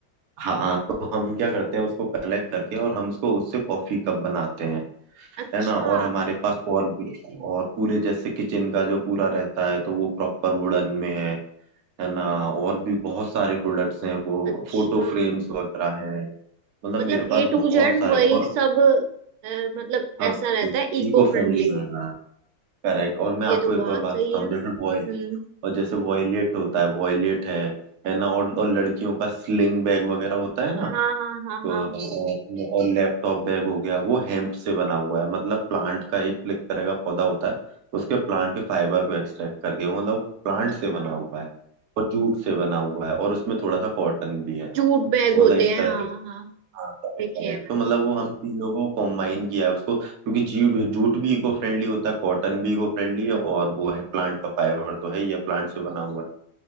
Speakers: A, on the right (about 55°); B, on the right (about 90°).
A: हाँ हाँ, तो हम क्या करते हैं उसको कलेक्ट करके और हम उसको उससे कॉफी कप बनाते हैं
B: अच्छा
A: है ना और हमारे पास और भी और पूरे जैसे किचन का जो पूरा रहता है तो वो प्रॉपर वुडन में है है ना और भी बहुत सारे प्रोडक्ट्स हैं वो
B: अच्छा
A: फोटो फ्रेम्स वगैरह हैं मतलब
B: मतलब
A: मेरे पास
B: ए टू
A: बहुत
B: जेड
A: सारे
B: वही
A: और
B: सब अ, मतलब
A: सब
B: ऐसा रहता है इको
A: इको फ्रेंडली
B: फ्रेंडली
A: रहना है करेक्ट और मैं
B: ये
A: आपको
B: तो
A: एक
B: बहुत
A: और बात
B: सही
A: बताऊं
B: है हम्म
A: जैसे वो और जैसे वॉयलेट होता है वॉयलेट है है ना और और लड़कियों का स्लिंग बैग वगैरह होता है ना
B: हाँ
A: अ,
B: हाँ हाँ हाँ
A: और और लैपटॉप बैग हो गया वो हेम्प से बना हुआ है मतलब प्लांट का एक एक तरह का पौधा होता है उसके प्लांट के फाइबर को एक्सट्रैक्ट करके मतलब प्लांट
B: अच्छा
A: से बना हुआ है और जूट से बना हुआ है और उसमें थोड़ा सा कॉटन भी है
B: जूट
A: तो
B: बैग होते
A: मतलब इस
B: हैं
A: तरह
B: हाँ
A: से
B: हाँ
A: हाँ करेक्ट
B: देखे
A: करेक्ट
B: हैं मैंने
A: तो मतलब वो हम तीनों को कॉम्बाइन किया है उसको क्योंकि जूट जूट भी इको फ्रेंडली होता है कॉटन भी इको फ्रेंडली
B: हम्म
A: है और वो है प्लांट का फाइबर तो है ही है, प्लांट से बना हुआ है